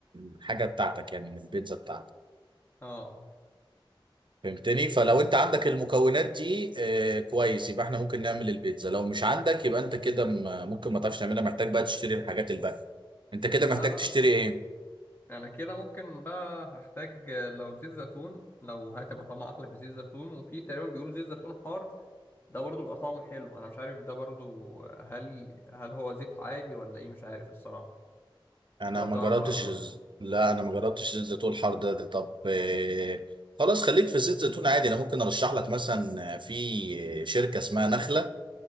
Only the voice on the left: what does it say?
اه
لا
لا
انا كده ممكن بقى هحتاج لو زيت زيتون لو هتبقى طعمها احلى بزيت زيتون وفي تقريبا بيقولوا زيت زيتون حار ده برضو بيبقى طعمه حلو انا مش عارف ده برضو هل هل هو زيت عادي ولا ايه مش عارف الصراحة
لو
تعرف
عنه
مثلا